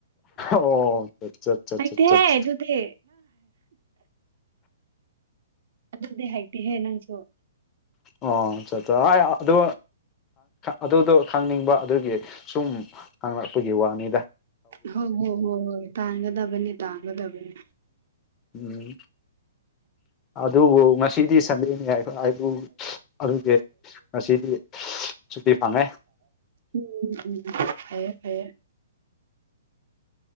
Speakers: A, on the left; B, on the right.
A: ꯑꯣ ꯆꯠ ꯆꯠ
B: ꯑꯛꯇ
A: ꯆꯠ ꯆꯠ
B: ꯍꯦ ꯑꯗꯨꯗꯤ ꯑꯗꯨꯗꯦ ꯍꯥꯏꯇꯍꯦ ꯅꯪꯁꯨꯣ
A: ꯑꯣ ꯆꯠꯇ ꯑꯗꯨ ꯑꯗꯨꯗꯣ ꯈꯪꯅꯤꯡꯕ ꯑꯗꯨꯒꯤ ꯁꯨꯝ ꯍꯥꯡꯪꯂꯛꯄꯒꯤ ꯋꯥꯅꯤ
B: ꯍꯣ ꯍꯣ ꯍꯣ ꯍꯣꯏ ꯇꯥꯡꯒꯗꯕꯅꯤ ꯇꯥꯡꯒꯗꯕꯅꯤ
A: ꯎꯝ ꯑꯗꯨꯕꯨ ꯉꯁꯤꯗꯤ ꯁꯟꯗꯦꯅꯤ ꯑꯩꯕꯨ ꯑꯗꯨꯗꯤ ꯉꯁꯤꯗꯤ ꯁꯨꯇꯤ ꯐꯥꯉꯦ
B: ꯎꯝ ꯎꯝ ꯐꯩꯌꯦ ꯐꯩꯌꯦ